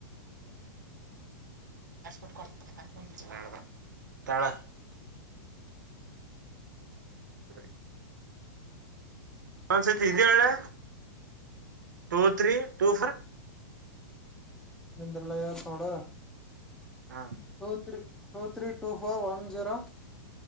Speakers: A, on the right; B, in the centre.
A: ತಗೋ ಆ ಆಯ್ತು ತಳ ಹ ಒಂದ್ಸತಿ ಇದ ಒಳ್ಳೆ ಟೂ ತ್ರೀ ಟೂ ಫೋರ್
B: ನಂದ್ರಲ್ಲ ಯಾರ ನೂಡ
A: ಹಾ
B: two three two three two four one zero